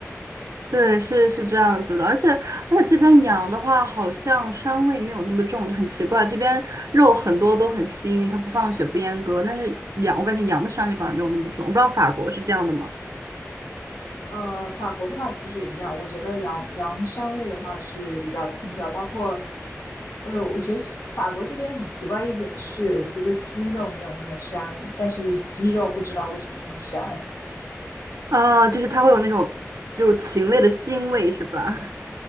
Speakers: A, on the right; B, on the left.
A: 对，是是这样子的，而且而且这边羊的话，好像膻味没有那么重，就很奇怪。这边肉很多都很腥，它不放血不阉割，但是羊我感觉羊的膻味反而没有那么重。我不知道法国是这样的吗？
B: 呃，法国的话其实也一样，我觉得羊羊膻味的话是比较轻的，包括呃，我觉得是法国这边很奇怪的一点是，我觉得猪肉没有那么膻，但是鸡肉不知道为什么那么膻。
A: 啊、就是它会有那种就是禽类的腥味是吧？